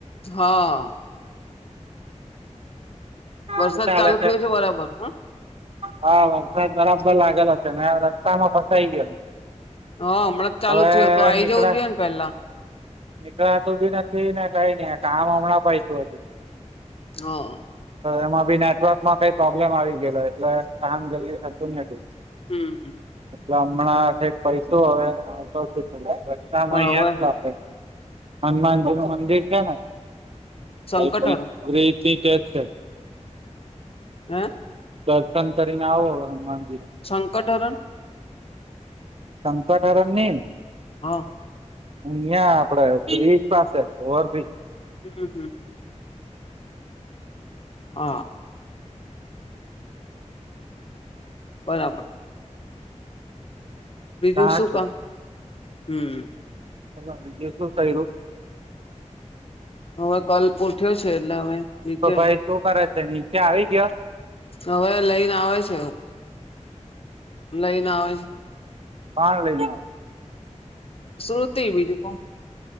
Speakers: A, on the left; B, on the right.
A: હા વરસાદ
B: શું ચાલે
A: ચાલુ થયો છે બરાબર હા
B: હા વરસાદ બરાબર લાગેલો હશે ને રસ્તા માં ફસાઈ ગયો
A: હ હમણાં ચાલુ
B: હવે
A: થયું તો આઈ
B: નીકળા
A: જવું જોઈએ ને પેલા
B: નીકળાતું બી નથી ને કઈ નઈ કામ હમણાં પાય તું હજ
A: હ
B: એમાં બી નેટવર્ક માં કઈ પ્રોબ્લેમ આવી ગયો એટલે કામ જ થતું નહ હતું
A: હમ્મ
B: એટલે હમણાંક પૈસો હવે તો રતામાં
A: પણ
B: અહિયાં
A: હવે
B: જ આપડે હનુમાનજી નું મંદિર છે ને
A: સંકટહર
B: સા કે છે
A: હમ્મ
B: દર્શન કરીને આવો હનુમાનજીને
A: સંકટ હરણ
B: શંકાઠરણની
A: હા
B: અહં આપડે બ્રિજ પાસે ઓવર બિજ
A: હમ હમ હ બરાબર બીજું
B: તા
A: શું
B: છું
A: કામ હમ
B: હ દસ થ
A: હવે કલ પોઠ્યો છે એટલે હમે નીચે
B: ભાઈ શું કરે છે નીચે આવી ગયો
A: હવે લઈને આવે છે એવું લઈને આવે
B: પા લઈ
A: શુતિ બીજું કોણ